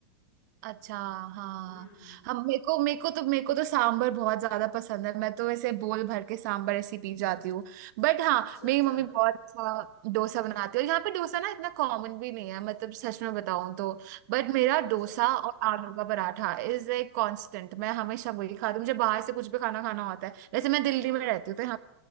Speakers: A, on the right; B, on the left.
A: अच्छा हाँ
B: हम्म
A: हम मेरे को मेरे को तो मेरे को तो सांभर बहुत ज्यादा पसंद है मैं तो ऐसे बोल भर के सांभर ऐसी पी जाती हूँ बट हाँ
B: अच्छा
A: मेरी
B: अच्छा
A: मम्मी बहुत अच्छा डोसा बनाती है और यहाँ पे डोसा ना इतना कॉमन भी नहीं है मतलब सच में बताऊँ तो बट मेरा
B: अच्छा
A: डोसा और आलू का पराठा इज ए कांस्टेंट मैं हमेशा वही खाती हूँ मुझे बाहर से कुछ भी खाना खाना होता है वैसे मैं दिल्ली
B: हम्म
A: में रहती हूँ तो यहाँ